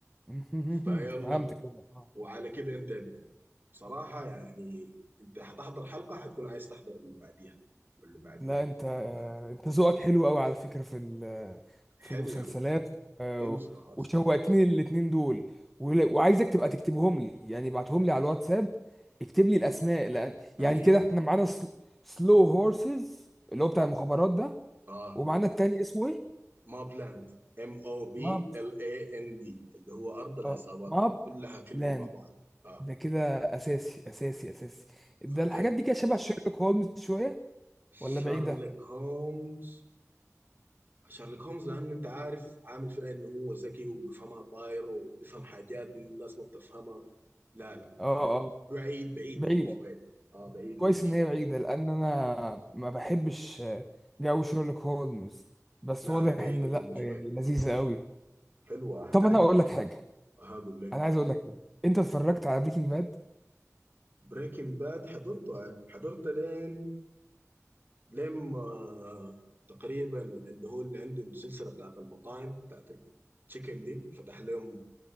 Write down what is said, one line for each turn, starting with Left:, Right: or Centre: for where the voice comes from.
Centre: <laughs>
Right: فيلا
Centre: فهمت كده آه.
Right: وعلى كده انت يا ابني بصراحة يعني انت هتحضر حلقة هتكون عايز تحضر اللي بعديها واللي بعديها
Centre: لا انت آه،
Right: واللي بعديها
Centre: انت ذوقك حلو قوي على فكرة في ال-
Right: حلو
Centre: في المسلسلات
Right: يا مان
Centre: آه،
Right: حلو سنوهاسس
Centre: وشوقتني الاتنين دول ول- وعايزك تبقى تكتبهم لي يعني ابعتهم لي على الواتساب اكتب لي الاسماء لأن-
Right: اكيد
Centre: يعني كده احنا معانا سلو هورسز اللي هو بتاع المخابرات ده
Right: اه
Centre: ومعانا التاني اسمه ايه
Right: ما بلاند ام او بي
Centre: ماب
Right: ال اي ان دي اللي هو ارض العصابات
Centre: اه ماب
Right: كلها كلمة
Centre: لاند
Right: مع بعض اه
Centre: ده كده اساسي اساسي اساسي ده
Right: خطير
Centre: الحاجات دي كده شبه شيرلوك هولمز شوية ولا
Right: شارلوك
Centre: بعيدة
Right: هومز شارلوك هومز لانه انت عارف عامل فيها انه هو ذكي وبيفهمها طاير وبيفهم حاجات الناس ما بتفهمها لا لا
Centre: اه
Right: م-
Centre: اه
Right: بعيد بعيد
Centre: بعيدة
Right: منه شويه اه بعيد
Centre: كويس
Right: منه شويه
Centre: ان هي بعيدة لان انا ما بحبش جو شيرلوك هولمز بس
Right: لا
Centre: واضح
Right: لا بعيده
Centre: ان لا
Right: منه شويه
Centre: يعني لذيذة قوي
Right: حلوه حتعجبك
Centre: طب انا اقول لك
Right: صراحه
Centre: حاجة
Right: هقول لك
Centre: انا عايز اقول لك حاجة انت اتفرجت على بريكنج باد
Right: بريكنج باد حضرته آه. حضرته لين لما آه، تقريبا اللي هو اللي عنده السلسله بتاعت المطاعم بتاعت التشيكن دي فتح لهم